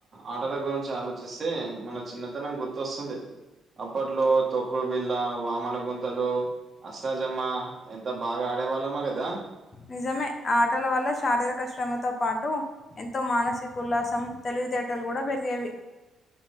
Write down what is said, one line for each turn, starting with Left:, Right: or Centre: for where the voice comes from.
Right: ఆటల గురించి ఆలోచిస్తే మన చిన్నతనం గుర్తొస్తుంది అప్పట్లో తొక్కుడు బిళ్ళ వామన గుంతలు అష్టాజమ్మ ఎంత బాగా ఆ ఆడేవాళ్ళమో గదా
Left: నిజమే ఆ ఆటల వల్ల శారీరక శ్రమతో పాటు ఎంతో మానసిక ఉల్లాసం తెలి వితేటలు గూడా పెరిగేవి